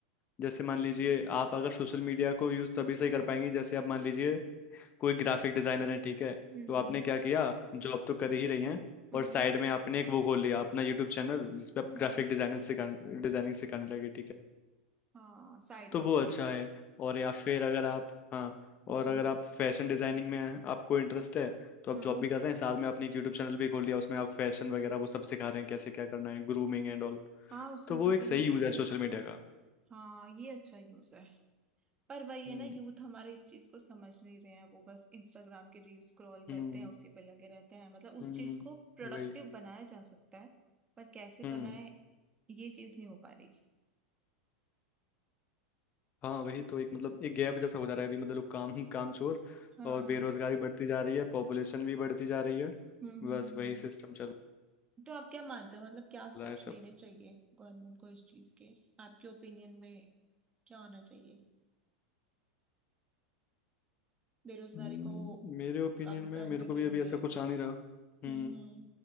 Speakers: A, on the left; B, on the right.
A: जैसे मान लीजिए आप अगर सोशल मीडिया को यूज तभी से कर पाएंगे जैसे आप मान लीजिए कोई ग्राफिक डिजाइनर है ठीक है
B: हम्म
A: तो आपने क्या किया जॉब तो कर ही रही हैं
B: हम्म
A: और साइड में आपने एक वो खोल लिया अपना यूट्यूब चैनल जिसपे आप
B: हम्म
A: ग्राफिक डिजाइनिंग सिखा डिजाइनिंग सिखाने लगे ठीक है
B: हाँ साइड
A: तो
B: बाय
A: वो
B: साइड
A: अच्छा है और या फिर अगर आप हाँ
B: हम्म
A: और अगर आप फैशन डिजाइनिंग में आपको इंटरेस्ट है तो आप
B: हम्म
A: जॉब भी कर रहे हैं साथ में आपने एक यूट्यूब चैनल भी खोल लिया उसमें आप फैशन वगैरह वो सब सिखा रहे हैं कैसे क्या करना है ग्रूमिंग एंड ऑल
B: हाँ उसमें
A: तो वो
B: तो
A: एक
B: फिर
A: सही
B: ये
A: यूज
B: है
A: है
B: कि
A: सोशल मीडिया का
B: हाँ ये अच्छा यूज है पर वही
A: हम्म
B: है ना यूथ हमारे इस चीज को समझ नहीं रहे हैं वो बस इंस्टाग्राम के रील स्क्रॉल
A: हम्म
B: करते हैं उसी पे लगे रहते हैं मतलब उस
A: हम्म
B: चीज को प्रोडक्टिव
A: वही
B: बनाया जा सकता है पर कैसे
A: हम्म
B: बनाए ये चीज नहीं हो पा रही
A: हाँ वही तो एक मतलब एक गैप जैसा हो जा रहा है अभी मतलब लोग काम काम चोर
B: हाँ
A: और बेरोजगारी बढ़ती जा रही है पॉपुलेशन भी बढ़ती जा रही है
B: हम्म
A: बस
B: हम्म हम्म
A: वही सिस्टम चल
B: तो आप क्या मानते हो मतलब क्या स्टेप्स
A: रहा है सब
B: लेने चाहिए गवर्नमेंट को इस चीज के आपके ओपिनियन में क्या होना चाहिए बेरोजगारी
A: हम्म,
B: को
A: मेरे ओपिनियन
B: कम
A: में
B: करने
A: मेरे को
B: के
A: भी
B: लिए
A: अभी ऐसा कुछ आ नहीं रहा हम्म
B: हम्म हम्म